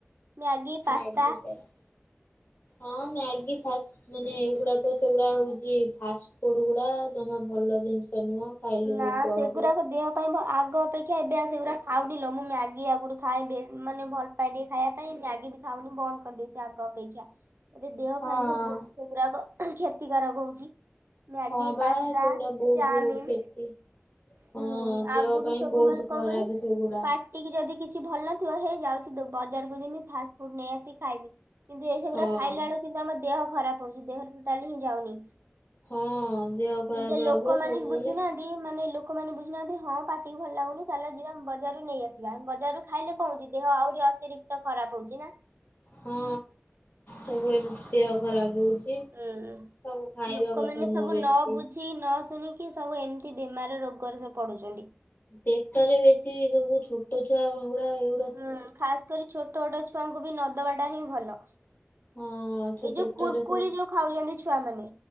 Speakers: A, on the right; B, on the left.
A: ମ୍ୟାଗି ପାସ୍ତା
B: ମ୍ୟାଗି <unintelligible> ହଁ ମ୍ୟାଗି ଫାଷ୍ଟ ମାନେ ଏଇଗୁଡା ତ ସେଗୁଡା ହଉଛୀ ଫାଷ୍ଟ ଫୁଡ୍ ଗୁଡା ଜମା ଭଲ ଜିନିଷ ନୁହଁ। ଖାଇଲେ
A: ନା
B: ରୋଗ
A: ସେଗୁରାକ
B: ହବ।
A: ଦେହ ନାଇଁ ମୁଁ ଆଗ ଅପେକ୍ଷା ଏବେ ଆଉ ସେଗୁରା ଖାଉନି ଲୋ। ମୁଁ ମ୍ୟାଗି ଆଗରୁ ଖାଏ ଭେ ମାନେ ଭଲ <unintelligible> ଟିକେ ଖାଇବା ପାଇଁ ମ୍ୟାଗି ବି ଖାଉନି ବନ୍ଦ କରିଦେଇଚି ଆଗ ଅପେକ୍ଷା। ଏବେ ଦେହ
B: ହଁ।
A: ପାଇଁ ସବୁ ବହୁତ୍ ସେଗୁରାକ କ୍ଷତିକାରକ ହଉଚି। ମ୍ୟାଗି,
B: ହଁ ବା
A: ପାସ୍ତା,
B: ସେଗୁଡା ବହୁତ
A: ଚାଉମିିନ
B: କ୍ଷତି ହଁ
A: ହୁଁ,
B: ଦେହ
A: ଆଗରୁ
B: ପାଇଁ
A: ସବୁ
B: ବହୁତ
A: ମାନେ
B: ଖରାପ
A: କଣ କହନି
B: ସେଗୁଡା।
A: ପା ପାଟି ଯଦି କିଛି ଭଲ ନଥିବ, ହେ ଯାଉଚି ବଜାରକୁ ଯିମି ଫାଷ୍ଟ ଫୁଡ୍ ନେଇ ଆସିକି ଖାଇବି। କିନ୍ତୁ ଏ ହେଗୁୁରା
B: ହଁ।
A: ଖାଇଲା ବେଳୁ କିନ୍ତୁ ଆମ ଦେହ ଖରାପ ହଉଚି। ଦେହ ରେ ଟୋଟାଲି ହିଁ ଯାଉନି।
B: ହଁ ଦେହ ଖରାପ
A: କିନ୍ତୁ ଏ ଲୋକମାନେ
B: ହବ ସବୁବେଳେ।
A: ବୁଝୁନାହାନ୍ତି ଯଦି ମାନେ ଲୋକମାନେ ବୁଝୁନାହାନ୍ତି ହଁ ପାଟିିକି ଭଲ ଲାଗୁନି ଚାଲ ଯିବା ବଜାରରୁ ନେଇ ଆସିବା। ବଜାରରୁ ଖାଇଲେ କଣ ହଉଚି ଦେହ ଆହୁରି ଅତିରିକ୍ତ ଖରାପ ହଉଚି ନା।
B: ହଁ। ସବୁ ଏମତି ଆଉ ଖରାପ୍ ହଉ ଚି। ସବୁ
A: ହୁଁ।
B: ଖାଇବା
A: ଲୋକମାନେ
B: କଥା ନୁହଁ
A: ସବୁ ନ
B: ବେଶୀ।
A: ବୁଝି ନ ଶୁଣିକି ସବୁ ଏମିତି ବେମାର ରୋଗରେ ସବୁ ପଡ଼ୁଛନ୍ତି।
B: ପେଟରେ ବେଶୀ ସବୁ ଛୋଟ ଛୁଆ ଗୁଡା ହେଉ
A: ହୁଁ, ଖାସ୍ କରି ଛୋଟ ଛୋଟ ଛୁଆଙ୍କୁ ବି ନଦବା ଟା ହିଁ ଭଲ।
B: ହଁ ଛୋ
A: ଏଇ ଯୋଉ
B: ପେଟରେ
A: କୁୁରକୁରି
B: ସବୁ
A: ଯୋଉ ଖାଉଛନ୍ତି ଛୁଆମାନେ।